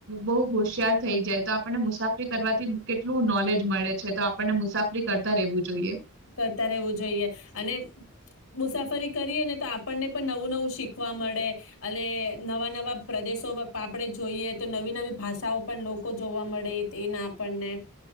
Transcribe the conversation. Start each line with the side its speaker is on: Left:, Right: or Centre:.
Right: બ હોશિયાર થઈ જાય તો આપણને મુસાફ કરવાથી કેટલું નોલેજ મળે છે તો આપણને મુસાફરી કરતા રહેવું જોઈએ.
Left: કરતા રહેવું જોઈએ, અને મુસાફરી કરીએ ને તો આપણને પણ નવું નવું શીખવા મળે, અને નવા નવા પ્રદેશો આપણે જોઈએ તો નવી નવી ભાષાઓ પણ લોકો જોવા મળે એના આપણને.